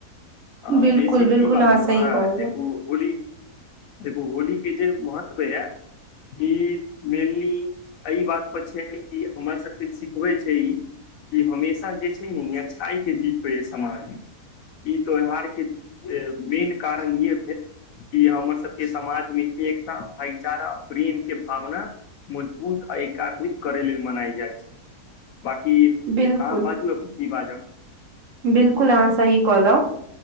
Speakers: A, on the left; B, on the right.
A: आ
B: बिल्कुल
A: बेसी
B: बिल्कुल
A: की बाजू
B: अहाँ सही
A: हँ
B: कहलियै
A: जेकि होली देखू होली के जे महत्व होइय ई मेनली एहि बात पर छै कि हमरा सबके सिखबै छै ई ई हमेशा जे छै न अच्छाइ के जीत यै समाज मे ई त्योहारके मेन कारण यहे कि हमर सबके समाजमे एकता भाईचारा प्रेम के भावना मजबूत आ एकाग्रित करे लेल मनाय जाइ छै बाकी
B: बिलकुल
A: अहाँ बाजू अपन की बाजब
B: बिलकुल अहाँ सही कहलौ